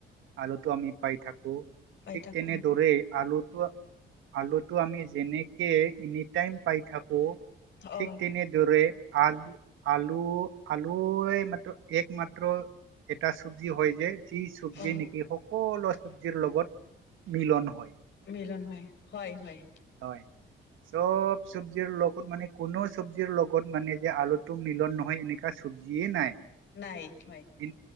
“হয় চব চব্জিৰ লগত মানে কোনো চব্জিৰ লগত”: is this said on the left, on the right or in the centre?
Right